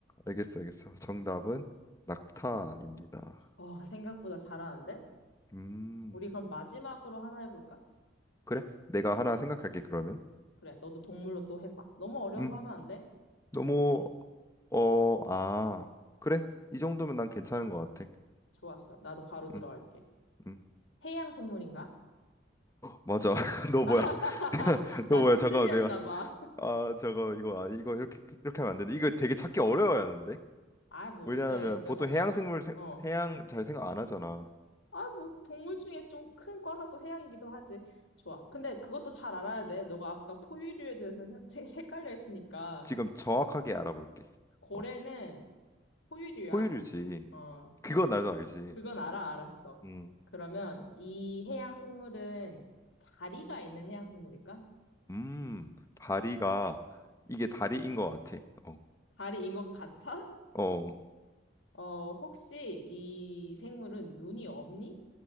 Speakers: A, on the left; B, on the left.
A: 알겠어, 알겠어. 정답은 낙타입니다.
B: 어, 생각보다 잘하는데?
A: 음,
B: 우리 그럼 마지막으로 하나 해볼까?
A: 그래. 내가 하나 생각할게, 그러면.
B: 그래, 너도 동물로 또 해봐. 너무 어려운
A: 음,
B: 거 하면 안 돼?
A: 너무, 어, 아, 그래. 이 정도면 난 괜찮은 것 같아.
B: 좋았어. 나도 바로 들어갈게.
A: 음, 음,
B: 해양 생물인가?
A: 맞아. <laughs> 너 뭐야?
B: <laughs>
A: <laughs>
B: 나
A: 너 뭐야?
B: 신들렸나
A: 잠깐만, 내가.
B: 봐.
A: 아, 저거, 이거, 아, 이거 이렇게, 이렇게 하면 안 되는데. 이거 되게 찾기 어려워야 하는데?
B: 아, 뭐
A: 왜냐하면
B: 어때? 내가
A: 보통
B: 맞추면
A: 해양생물,
B: 돼.
A: 세-
B: 어.
A: 해양 잘 생각 안 하잖아.
B: 아, 뭐 동물 중에 좀 큰 과가 또 해양이기도 하지. 좋아. 근데 그것도 잘 알아야 돼. 너가 아까 포유류에 대해서 헷- <laughs> 헷갈려 했으니까
A: 지금 정확하게 알아볼게.
B: 고래는
A: 어,
B: 포유류야?
A: 포유류지.
B: 어,
A: 그건 나도 알지.
B: 그건 알아, 알았어.
A: 음,
B: 그러면 이 해양 생물은 다리가 있는 해양 생물일까?
A: 음, 다리가, 이게 다리인 것 같아. 어.
B: 다리인 것 같아?
A: 어
B: 어, 혹시 이 생물은 눈이 없니?